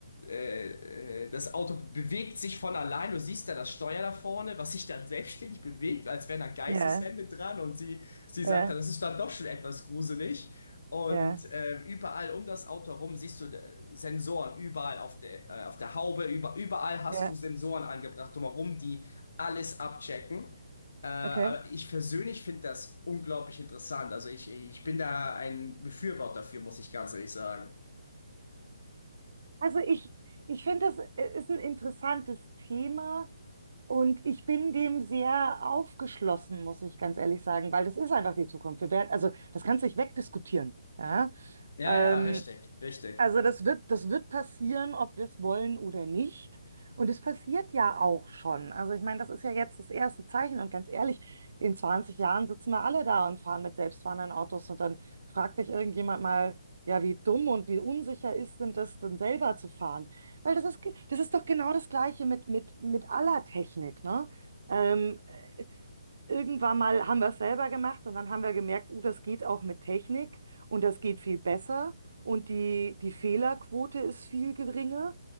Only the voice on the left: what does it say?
äh, äh, das Auto bewegt sich von allein. Du siehst da das Steuer da vorne, was sich dann selbstständig bewegt, als wären da Geisteshände
dran. Und sie, sie
sagt dann, das ist dann doch schon etwas gruselig. Und
äh, überall um das Auto herum siehst du äh, Sensoren, überall auf der, äh, auf der Haube, über, überall hast
du Sensoren angebracht drumherum, die alles abchecken. Äh, aber
ich persönlich finde das unglaublich interessant. Also ich, ich bin da ein Befürworter dafür, muss ich ganz ehrlich sagen.
Ja,
ja, richtig, richtig.